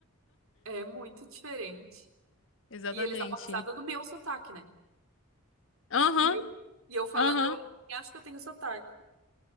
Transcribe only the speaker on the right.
é muito diferente.
E eles dão uma risada do meu sotaque, né?
E eu, e eu falando,
eu acho que eu tenho sotaque.